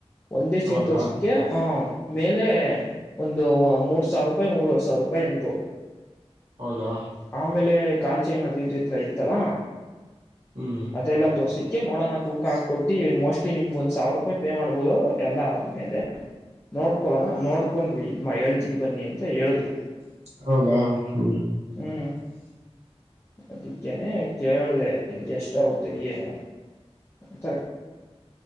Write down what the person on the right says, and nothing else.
ಹೌದಾ
ಹೌದಾ
ಹ್ಮ್
ಹೌದ ಹ್ಮ